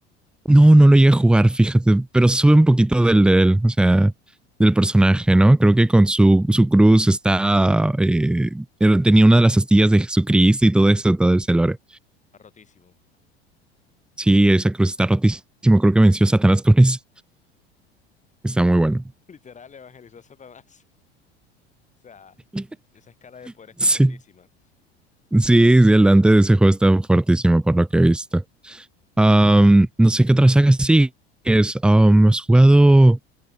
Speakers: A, in the centre; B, on the left.
A: No, no lo llegué a jugar, fíjate, pero sube un poquito del, del, o sea, del personaje, ¿no? Creo que con su, su cruz está, eh, él tenía una de las astillas de Jesucristo y todo eso, todo ese lore.
B: Está rotísimo.
A: Sí, esa cruz está rotísimo, creo que venció a Satanás con eso. Está muy bueno.
B: <laughs> Literal evangelizó a Satanás. <laughs> O sea,
A: <laughs>
B: esa escala de poder está
A: Sí,
B: rotísima.
A: sí, sí, el Dante de ese juego está fuertísimo por lo que he visto. Am, no sé qué otra saga sí es. ¿has jugado